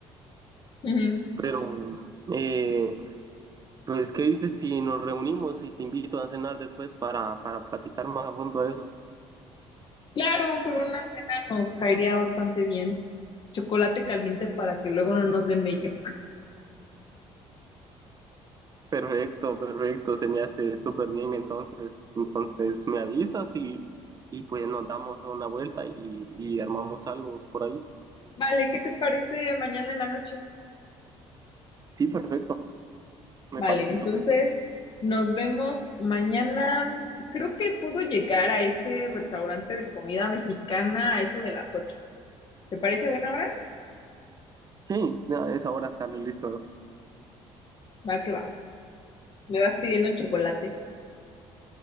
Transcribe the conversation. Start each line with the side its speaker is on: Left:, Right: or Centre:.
Left: Ujú.
Right: pero eh, pues ¿qué dices si nos reunimos y te invito a cenar después para, para platicar más a fondo de eso?
Left: Claro, con una cena nos caería bastante bien chocolate caliente para que luego no nos dé mello.
Right: Perfecto, perfecto, se me hace súper bien, entonces, entonces me avisas y, y pues nos damos una vuelta y, y armamos algo por ahí.
Left: Vale, ¿qué te parece mañana en la noche?
Right: Sí, perfecto. Me
Left: Vale,
Right: parece
Left: entonces
Right: súper.
Left: nos vemos mañana. Creo que puedo llegar a ese restaurante de comida mexicana a eso de las ocho. ¿Te parece buena hora?
Right: Sí, ya es ahora estarle listo.
Left: Va que va. Me vas pidiendo el chocolate.